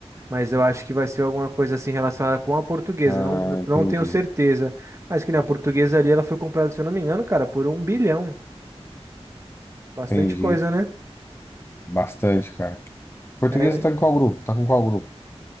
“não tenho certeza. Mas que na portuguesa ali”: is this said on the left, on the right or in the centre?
Right